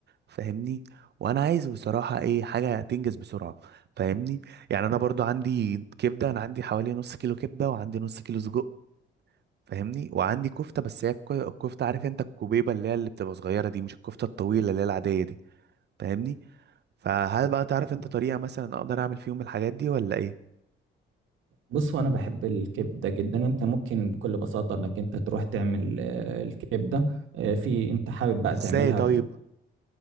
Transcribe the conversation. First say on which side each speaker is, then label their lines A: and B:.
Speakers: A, on the right; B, on the right.
A: فاهمني وانا عايز بصراحه ايه حاجه تنجز بسرعه فاهمني يعني انا برضو عندي كبده انا عندي حوالي نص كيلو كبده وعندي نص كيلو سجق فاهمني وعندي كفته بس هي الك- الكفته عارف انت الكوبيبه اللي هي اللي بتبقى صغيره دي مش الكفته الطويله اللي هي العاديه دي فاهمني فهل بقى
B: هي
A: تعرف انت طريقه مثلا اقدر اعمل فيهم الحاجات دي ولا ايه
B: بصوا انا بحب الكبده جدا انت ممكن بكل بساطه انك انت تروح تعمل آه، الكبده آه، في انت حابب بقى
A: ازاي
B: تعملها
A: طيب